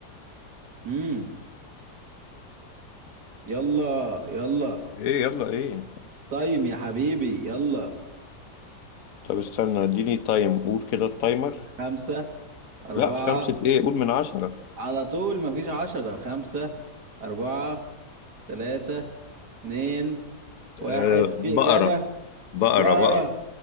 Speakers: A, on the right (about 70°); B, on the left (about 55°).
A: امم يلا يلا
B: ايه يلا ايه
A: طيب يا حبيبي يلا
B: طب استنى اديني تايم قول كده التايمر
A: خمسة أربعة
B: لا خمسة ايه قول من عشرة
A: على طول مفيش عشرة خمسة أربعة تلاتة اتنين واحد
B: أه...
A: في
B: بقرة
A: إجابة
B: بقرة
A: بقرة
B: بقرة